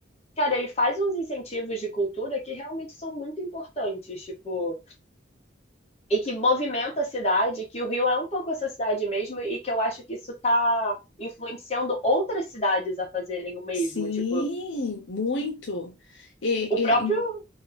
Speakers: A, on the left; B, on the left.
A: cara, ele faz uns incentivos de cultura que realmente são muito importantes, tipo, e que movimenta a cidade, que o Rio é um pouco essa cidade mesmo, e que eu acho que isso tá influenciando outras cidades a fazerem o mesmo,
B: Sim,
A: tipo,
B: muito. E,
A: o próprio.
B: e